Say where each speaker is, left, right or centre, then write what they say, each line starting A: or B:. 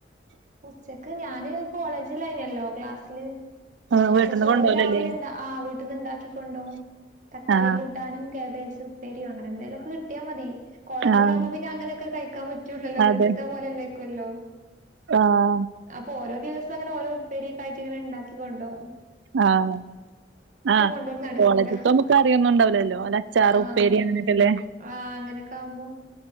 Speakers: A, on the right (about 45°); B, on the right (about 85°).
A: ഉച്ചക്ക് ഞാന് കോളേജിലായിന്യല്ലോ ക്ലാസ്സില്.
B: ആഹ് വീട്ട്ന്ന്
A: അപ്പ ചോറ്
B: കൊണ്ടോവലല്ലേ
A: രാവിലെ ണ്ടാ ആഹ് വീട്ട്ന്ന് ഇണ്ടാക്കിക്കൊണ്ടോകും. തക്കാളി
B: ആഹ്
A: കൂ ട്ടാനും കാബേജ് ഉപ്പേരിയും അങ്ങനെ എന്തെലുംക്കെ കിട്ടിയാ മതി. കോളേജില്
B: ആഹ്
A: ആകുമ്പോ പിന്നെ അങ്ങനൊക്കെ കഴിക്കാൻ പ റ്റൂലല്ലോ
B: അതെ
A: വീട്ട്ത്തെ പോലെല്ലേയ്ക്കൊല്ലോ.
B: ആഹ്
A: അപ്പൊ ഓരോ ദിവസം അങ്ങനെ ഓരോ ഉപ്പേരി യൊക്കെ ആയിട്ട് ഇങ്ങനെ ഉണ്ടാക്കികൊണ്ടോവും.
B: ആഹ് ആഹ്
A: കൊണ്ടോവല് നടക്കൂല
B: കോളേജ്ത്താവുമ്പം കറിയൊന്നുംണ്ടാവൂല്ലല്ലോ അല്ലെ അച്ചാറ്
A: ആഹ്
B: ഉപ്പേരി അങ്ങന്യൊക്കല്ലെ.
A: ആഹ് അങ്ങനൊക്കാവുമ്പോ